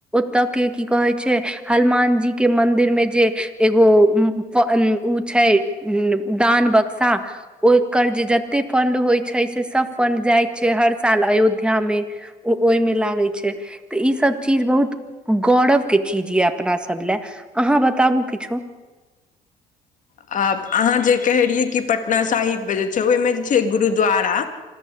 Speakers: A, in the centre; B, on the left.
A: तऽ के की कहै छै हलुमान जीके मन्दिरमे जे एगो उम्म ओ छै उम्म दान बक्सा ओकर जे जतेक फण्ड होइ छै, से सब फण्ड जाइ छै हर साल अयोध्यामे। ओ ओहिमे लागै छै, तऽ ईसब चीज बहुत गौरवके चीज यए अपनासभ लए। अहाँ बताबू किछो।
B: आ अहाँ जे कहैत रहियै कि पटना साहिबमे जे छै, ओहिमे जे छै गुरुद्वारा